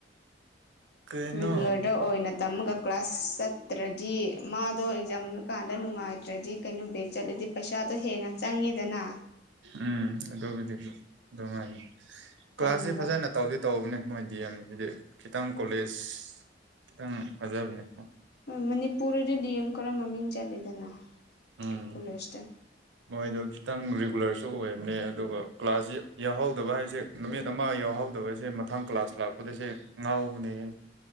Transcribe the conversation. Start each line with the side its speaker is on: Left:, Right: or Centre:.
Right: ꯀꯩꯅꯣ
Left: ꯔꯤꯒꯨꯂꯔꯗ ꯑꯣꯏꯅ ꯇꯝꯃꯒ ꯀ꯭ꯂꯥꯁ ꯆꯠꯇ꯭ꯔꯗꯤ ꯃꯥꯗꯣ ꯑꯦꯛꯖꯥꯝ ꯀꯥꯟꯗ ꯅꯨꯡꯉꯥꯏꯇ ꯠꯇ꯭ꯔꯗꯤ ꯀꯩꯅꯣ ꯕꯦꯛ ꯆꯠꯂꯗꯤ ꯄꯩꯁꯥꯗꯣ ꯍꯦꯟꯅ ꯆꯪꯉꯤꯗꯅ
Right: ꯎꯝ ꯑꯗꯨꯕꯨꯗꯤ ꯑꯗꯨ ꯍꯥꯏꯌꯦ ꯀ꯭ꯂꯥꯁꯁꯦ
Left: ꯇꯟꯕ
Right: ꯐꯖꯅ ꯇꯧꯗꯤ ꯇꯧꯕꯅꯦ ꯃꯣꯏꯗꯤ ꯗꯤ ꯌꯦꯝ ꯒꯤꯗꯤ ꯈꯤꯇꯪ ꯀꯣꯂꯦꯖ ꯈꯤꯇꯪ ꯐꯖꯕꯅꯦ
Left: ꯍꯣꯏ ꯃꯅꯤꯄꯨꯔꯗꯗꯤ ꯗꯤ ꯑꯦꯝ ꯈꯔ ꯃꯃꯤꯡ ꯆꯠꯂꯤꯗꯅ
Right: ꯎꯝ
Left: ꯀꯣꯂꯦꯖꯇꯥ
Right: ꯃꯣꯏꯗꯣ ꯈꯤꯇꯪ ꯔꯤꯒꯨꯂꯔꯁꯨ ꯑꯣꯏꯕꯅꯦ ꯑꯗꯨꯒ ꯀ꯭ꯂꯥꯁꯁꯤ ꯌꯥꯎꯍꯧꯗꯕ ꯍꯥꯏꯁꯦ ꯅꯨꯃꯤꯠ ꯑꯃ ꯌꯥꯎꯍꯧꯗꯕꯁꯦ ꯃꯊꯪ ꯀ꯭ꯂꯥꯁ ꯂꯥꯛꯄꯗꯁꯦ ꯉꯥꯎꯕꯅꯦꯍꯦ